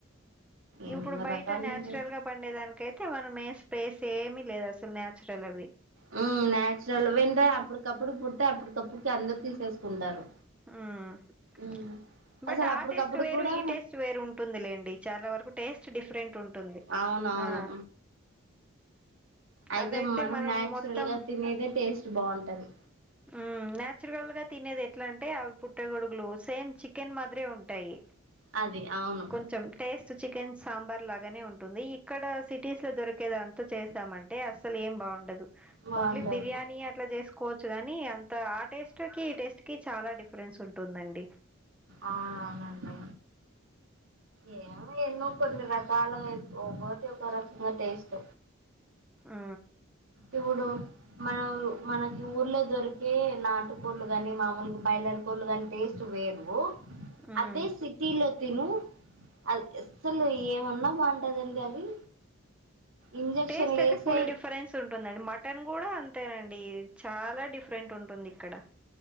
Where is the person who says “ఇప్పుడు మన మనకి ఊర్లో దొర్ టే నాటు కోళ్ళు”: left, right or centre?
Right